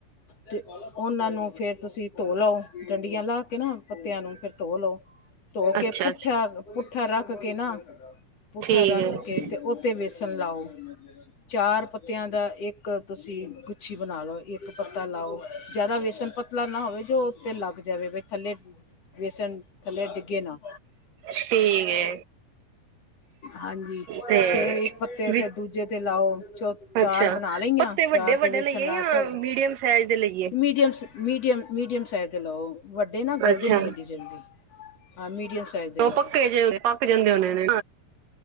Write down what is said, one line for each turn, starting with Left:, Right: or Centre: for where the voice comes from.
Left: ਤੇ ਉਹਨਾਂ ਨੂੰ ਫੇਰ ਤੁਸੀਂ ਧੋ ਲਓ ਡੰਡੀਆਂ ਲਾ ਕੇ ਨਾ। ਪੱਤਿਆਂ ਨੂੰ ਫਿਰ ਧੋ ਲਓ ਧੋ ਕੇ
Right: ਅੱਛਾ
Left: ਪੁੱਠਿਆ
Right: ਅੱਛਾ
Left: ਪੁ ਪੁੱਠਾ ਰੱਖ ਕੇ ਨਾ ਪੁੱਠਾ
Right: ਠੀਕ
Left: ਰੱਖ
Right: ਹੈ
Left: ਕੇ ਤੇ। ਉਹ ਤੇ ਵੇਸਣ ਲਾਓ ਚਾਰ ਪੱਤਿਆਂ ਦਾ ਇੱਕ ਇੱਕ ਤੁਸੀਂ ਗੁੱਛੀ ਬਣਾ ਲਓ ਇੱਕ ਪੱਤਾ ਲਾਓ ਜ਼ਿਆਦਾ ਵੇਸਣ ਪ ਪਤਲਾ ਨਾ ਹੋਵੇ ਜੋ ਉੱਤੇ ਲੱਗ ਜਾਵੇ ਬ ਥੱਲੇ ਬੇਸਣ ਥੱਲੇ ਡਿੱਗੇ ਨਾ।
Right: ਠੀਕ ਏ।
Left: ਹਾਂਜੀ
Right: ਤੇ
Left: ਫੇਰ ਇੱਕ ਪੱਤੇ
Right: ਵੀ
Left: ਫਿਰ ਦੂਜੇ ਤੇ ਲਾਓ ਚੌ ਚਾਰ
Right: ਅੱਛਾ
Left: ਬਣਾ ਲਈਆਂ
Right: ਪੱਤੇ
Left: ਚਾਰ
Right: ਵੱਡੇ
Left: ਤੇ
Right: ਵੱਡੇ
Left: ਵੇਸਣ
Right: ਲਈਏ
Left: ਲਾ
Right: ਜਾਂ
Left: ਫਿਰ
Right: ਮੀਡੀਅਮ ਸਾਈਜ਼ ਦੇ ਲਈਏ
Left: ਮੀਡੀਅਮ ਮੀਡੀਅਮ ਮੀਡੀਅਮ ਸਾਈਜ਼ ਦੇ ਲਓ ਵੱਡੇ ਨਾ ਗਲਦੇ
Right: ਅੱਛਾ
Left: ਨਹੀਂ ਐਡੀ ਜਲਦੀ ਹਾਂ ਮੀਡੀਅਮ ਸਾਈਜ਼। ਫਦੇ ਲ
Right: ਉਹ ਪੱਕੇ ਜੇ ਪੱਕ ਜਾਂਦੇ ਹਣੇ ਨੇ।